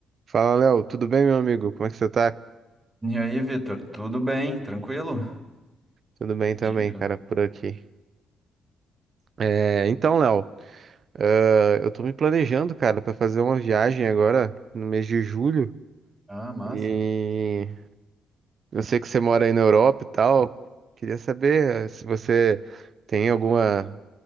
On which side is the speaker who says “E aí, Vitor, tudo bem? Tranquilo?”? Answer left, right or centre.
Right